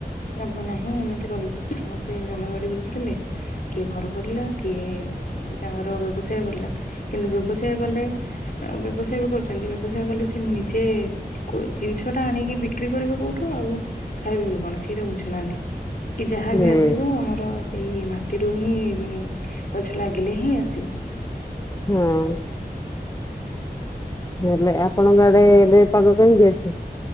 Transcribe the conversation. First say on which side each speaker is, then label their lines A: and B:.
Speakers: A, on the left; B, on the left.
A: ଲାଭ ନାହିଁ, ଏମିତି କହିକି ସମସ୍ତେ ଜମି ବାଡି ବିକିଦେଲେ। କିଏ ଘର କରିଲା, କିଏ ତାଙ୍କର ବ୍ୟବସାୟ କଲା। କିନ୍ତୁ ବ୍ୟବସାୟ କଲେ, ଆଉ ବ୍ୟବସାୟ ବି କରୁଛନ୍ତି। ବ୍ୟବସାୟ କଲେ ସେ ନିଜେ, କୋଉ ଜିନିଷ ଟା ଆଣିକି ବିକ୍ରି କରିବେ କୋଉଠୁ। ଆଉ ଖାଇବେ ବି କଣ ସେଇଟା ବୁଝୁନାହାନ୍ତି। କି ଯାହା
B: ହୁଁ
A: ବି ଆସିବ, ଆମର ସେଇ ମାଟିରୁ ହିଁ ଗଛ ଲାଗିଲେ ହିଁ ଆସିବ।
B: ହଁ, ହେଲେ ଆପଣଙ୍କ ଆଡେ ଏବେ ପାଗ କେମିତି ଅଛି?